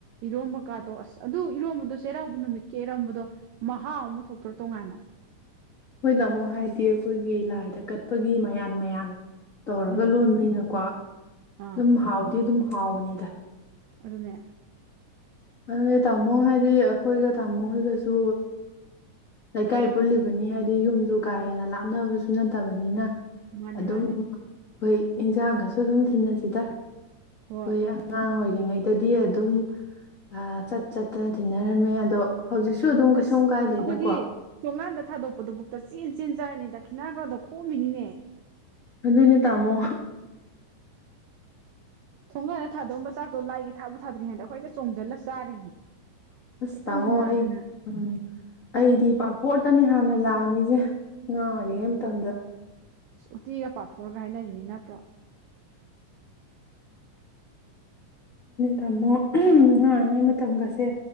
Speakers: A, on the right; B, on the left.
A: ꯏꯣꯝꯕ ꯀꯥꯗꯣ ꯑꯁ ꯑꯗꯨ ꯏꯔꯣꯝꯕꯗꯣ ꯆꯩꯔꯥꯎꯕ ꯅꯨꯃꯤꯠ ꯀꯦꯔꯝꯕꯗꯣ ꯃꯍꯥꯎ ꯑꯃ ꯊꯣꯛꯇ꯭ꯔꯣ ꯇꯣꯉꯥꯟꯅ
B: ꯑꯩꯈꯣꯏꯅ ꯑꯃꯨꯛ ꯍꯥꯏꯗꯤ ꯑꯩꯈꯣꯏꯒꯤ ꯂꯥꯏꯗ ꯀꯠꯄꯒꯤ ꯃꯌꯥꯟ ꯃꯌꯥꯟ ꯇꯧꯔꯒ
A: ꯎꯝ
B: ꯂꯣꯟꯕꯅꯤꯅꯀꯣ ꯑꯗꯨꯝ
A: ꯑꯥ
B: ꯍꯥꯎꯗꯤ ꯑꯗꯨꯝ ꯍꯥꯎꯕꯅꯤꯗ
A: ꯑꯗꯨꯅꯦ
B: ꯑꯗꯨꯅꯦ ꯇꯥꯃꯣ ꯍꯥꯏꯗꯤ ꯑꯩꯈꯣꯏꯒ ꯇꯥꯃꯣ ꯍꯣꯏꯒꯁꯨ ꯂꯩꯀꯥꯏ ꯄꯨꯜꯂꯤꯕꯅꯤ ꯍꯥꯏꯕꯗꯤ ꯌꯨꯝꯁꯨ ꯀꯥ ꯍꯦꯟꯅ ꯂꯥꯞꯅꯕꯁꯨ ꯅꯠꯇꯕꯅꯤꯅ
A: ꯃꯥꯅꯦ
B: ꯑꯗꯨꯝ
A: ꯃꯥꯅꯦ
B: ꯑꯩꯈꯣꯏ ꯏꯟꯁꯥꯡꯒꯁꯨ ꯑꯗꯨꯝ ꯊꯤꯟꯅꯁꯤꯗ ꯑꯩꯈꯣꯏ
A: ꯍꯣꯏ
B: ꯑꯉꯥꯡ ꯑꯣꯏ ꯔꯤꯉꯩꯗꯗꯤ ꯑꯗꯨꯝ ꯑꯥ ꯆꯠ ꯆꯠꯇꯅ ꯊꯤꯟꯅꯔꯝꯃꯦ ꯑꯗꯣ ꯍꯧꯖꯤꯛꯁꯨ ꯑꯗꯨꯝ ꯀꯩꯁꯨꯝ
A: ꯑꯁ
B: ꯀꯥꯏꯗꯦꯗꯀꯣ
A: ꯑꯩꯈꯣꯏꯗꯤ ꯊꯣꯡꯒꯥꯟꯗ ꯊꯥꯗꯣꯛꯄꯗꯨꯕꯨꯛꯇ ꯆꯦꯟ ꯆꯦꯟ ꯆꯥꯔꯤꯅꯤ ꯗ ꯗꯈꯤꯅꯥ ꯒꯥꯗꯣ ꯈꯣꯞꯃꯤꯅꯤꯅꯦ
B: ꯑꯗꯨꯅꯦ ꯇꯥꯃꯣ
A: ꯊꯣꯡꯒꯥꯟꯗ ꯊꯥꯗꯣꯛꯑꯝꯕ ꯆꯥꯛꯇꯣꯥ ꯂꯥꯏꯒꯤ ꯊꯥꯕꯨ ꯊꯥꯗ꯭ꯔꯤꯉꯩꯗ ꯑꯩꯈꯣꯏꯗ ꯆꯣꯡꯁꯤꯜꯂ ꯆꯥꯔꯤꯕꯅꯤ
B: ꯑꯁ
A: ꯍꯦꯛꯇ
B: ꯇꯥꯃꯣ
A: ꯃꯨꯟꯅꯗꯅ
B: ꯑꯩ ꯎꯝ ꯑꯩꯗꯤ ꯄꯥꯐꯣꯔꯇꯅꯤ ꯍꯥꯟꯅ ꯂꯥꯝꯃꯤꯁꯦ ꯑꯉꯥꯡ ꯑꯣꯏꯔꯤꯉꯩ ꯃꯇꯝꯗ
A: ꯑꯁ ꯎꯇꯤꯒ ꯄꯥꯐꯣꯔꯒ ꯍꯥꯏꯅꯔꯤꯅꯤ ꯅꯠꯇ꯭ꯔꯣ
B: ꯇꯥꯃꯣ ꯑꯉꯥꯡ ꯑꯣꯏꯔꯤꯉꯩ ꯃꯇꯝꯒꯁꯦ